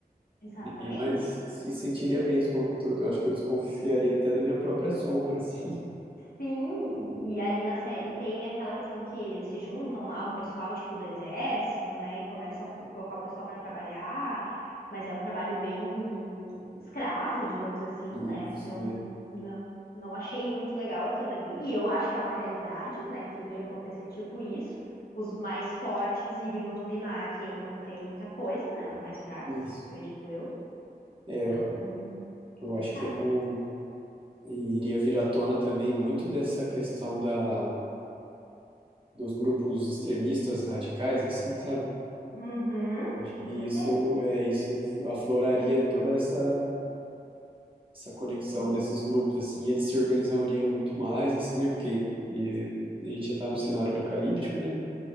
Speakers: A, on the left; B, on the right.
A: Exatamente.
B: Ninguém mais se sentiria bem com tudo. Eu acho que eu desconfiaria até da minha própria sombra, assim. <laughs>
A: Sim, e ali na série tem aquela questão que eles se juntam lá, um pessoal tipo do exército, né, e começam a co- colocar o pessoal para trabalhar, mas é um trabalho bem escravo, digamos assim,
B: Isso,
A: né? Então,
B: né?
A: não não achei muito legal aquilo ali, e eu acho que é uma realidade, né, que iria acontecer tipo isso. Os mais fortes iriam dominar quem não tem muita coisa, né? Os mais fracos,
B: Isso.
A: acredito eu.
B: É,
A: Então,
B: eu
A: complicado.
B: acho que eu iria vir à tona também muito dessa questão da, dos grupos extremistas radicais, assim, sabe?
A: Uhum,
B: Acho
A: com
B: que
A: certeza.
B: isso é isso afloraria toda essa essa conexão
A: Sim.
B: desses grupos, assim, e eles se organizariam muito mais, assim, né? Porque e- e a gente já está num cenário apocalíptico, né?